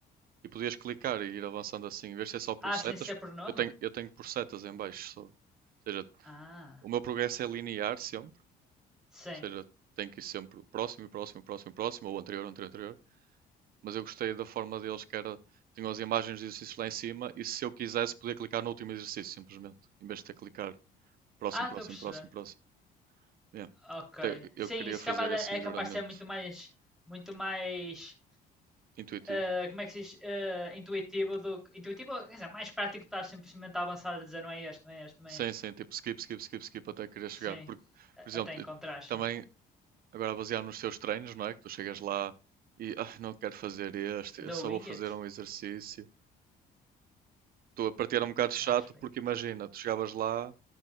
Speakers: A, on the right; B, in the centre.
A: E podias clicar e ir avançando assim, em vez de ser só por
B: Ah,
A: setas,
B: sem ser pronome?
A: eu tenho, eu tenho por setas em baixo só. Ou seja,
B: Ah,
A: o meu progresso é linear sempre,
B: sim.
A: ou seja, tem que ir sempre próximo, próximo, próximo, próximo, ou anterior, anterior, anterior. Mas eu gostei da forma deles que era, tinham as imagens de exercícios lá em cima e se eu quisesse podia clicar no último exercício simplesmente, em vez de ter que clicar próximo,
B: Ah, estou
A: próximo,
B: a perceber.
A: próximo, próximo. Yeah.
B: Ok.
A: Então, Eu
B: Sim,
A: queria
B: isso
A: fazer
B: é capaz de-
A: esse
B: é
A: melhoramento
B: capaz de ser muito mais. Muito mais.
A: intuitivo,
B: ah, como é que se diz? Ah, intuitivo do Intuitivo, quer dizer, mais prático estar simplesmente a avançar a dizer não é este, não é este, não
A: sem,
B: é este.
A: sem tipo skip, skip, skip, skip até querer chegar.
B: Sim.
A: Porque, por exemplo,
B: Até encontrar, sim.
A: também Agora baseado nos teus treinos, não é? Que tu chegas lá e "Ah, não quero fazer este,
B: The
A: eu só
B: Wing
A: vou fazer
B: It.
A: um exercício. Tu a partir era um bocado chato
B: A respeito.
A: porque imagina, tu chegavas lá